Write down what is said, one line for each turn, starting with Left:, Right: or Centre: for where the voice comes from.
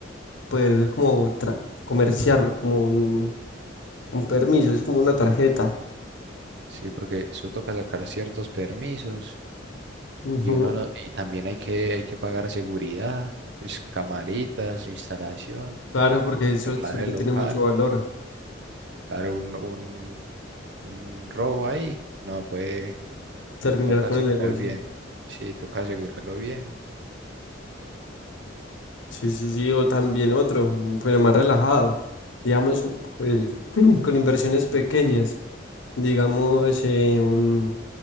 Left: poder como tra- comerciarlo, como un, un permiso, es como una tarjeta.
Right: Sí, porque eso toca sacar ciertos permisos
Left: Ujú.
Right: y uno no- y también hay que, hay que pagar seguridad, pues camaritas, instalación,
Left: Claro, porque eso
Right: arreglar
Left: siempre
Right: el local,
Left: tiene mucho valor,
Right: dar un, un, un robo ahí. No, puede,
Left: terminar
Right: toca
Left: con
Right: asegurar
Left: el negocio.
Right: bien. Sí, toca asegurarlo bien.
Left: Sí, sí, sí, o también otro, mm, pero más relajado, digamos, un- pues, <clears throat> con inversiones pequeñas. digamos, eh, un,